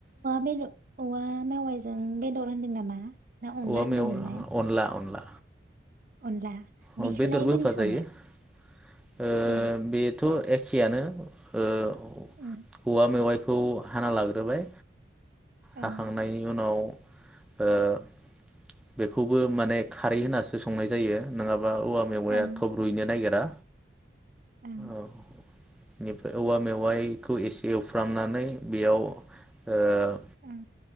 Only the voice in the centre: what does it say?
औवा
मेव अनला अनला।
अ
बेदरबो
होफा
जायो ओ-
बेथ थ' एखेयानो ओ-
औवा मेवाइ खौ हाना लाग्रोबाय
हाखांनायनि उनाव ओ- बेखौबो माने खारै होनासो संनाय जायो। नोंङाब बा औवा मेवाया
थब रुयनो नागिरा।
ओ बेनिफ्राय औवा मेवाइखौ एसे एवफ्रामनानै बेयाव ओ-